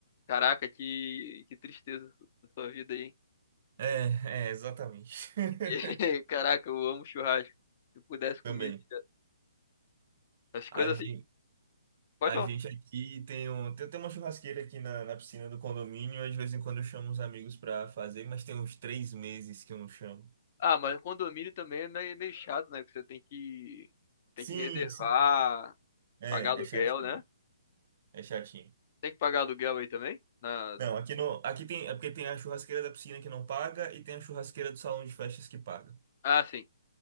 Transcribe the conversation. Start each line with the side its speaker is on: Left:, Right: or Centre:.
Left: caraca, que, que tristeza da sua vida aí. hein?
Right: É, é, exatamente. <laughs>
Left: <laughs> Caraca, eu amo churrasco. Se eu pudesse comer
Right: Também.
Left: direto. as coisas
Right: A gente,
Left: assim. Pode
Right: a
Left: falar.
Right: gente aqui tem, um, tem, tem uma churrasqueira aqui na, na piscina do condomínio, às de vez em quando eu chamo os amigos pra fazer, mas tem uns três meses que eu não chamo.
Left: Ah, mas condomínio também é meio, meio chato, né? Que você tem que tem
Right: Sim,
Left: que reservar,
Right: sim. É,
Left: pagar aluguel,
Right: é chatinho,
Left: né?
Right: é chatinho.
Left: Tem que pagar aluguel aí também? Na...
Right: Não, aqui no, aqui tem, é porque tem a churrasqueira da piscina que não paga e tem a churrasqueira do salão de festas que paga.
Left: Ah, sim.